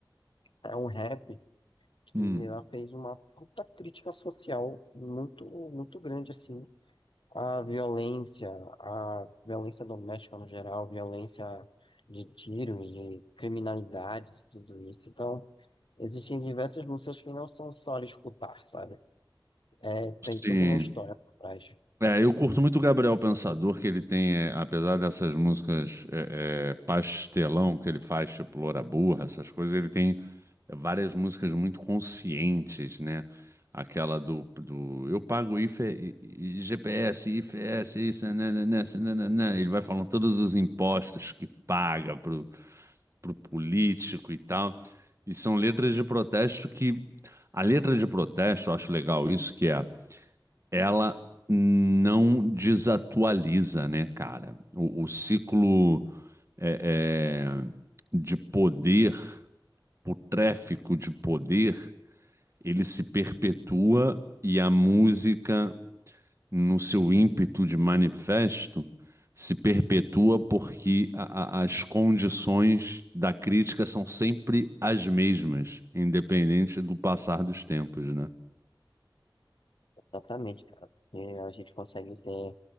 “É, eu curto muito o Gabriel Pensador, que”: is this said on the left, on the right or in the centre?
Right